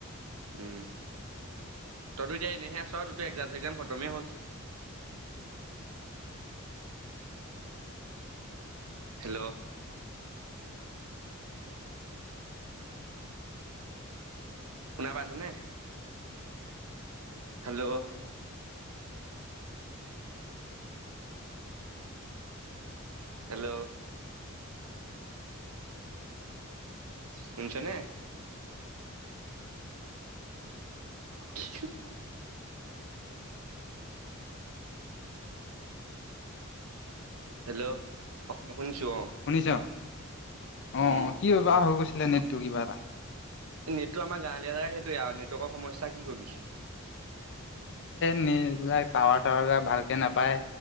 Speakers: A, on the right; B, on the left.
A: উম, তইতো এতিয়া এনেইহে আছ চ তোৰটো একজাম চেকজাম খতমেই হ'ল? হেল্ল' শুনা পাইছ নে? হেল্ল' হেল্ল' শুনিছ নে? <unintelligible> হেল্ল'। অ', শুনিছোঁ অ'।
B: শুনিছ অ',
A: উম
B: অ', কি হয় বা হৈ গৈছিলে নেটটো কিবা এটা।
A: নেটটো আমাৰ গাঁৱলীয়া জেগা সেইটোয়ে আৰু। নেটৱৰ্কৰ সমস্যা কি কবি।
B: নি এইবিলাক টাৱাৰ চাৱাৰ বিলাক ভালকে নাপায়।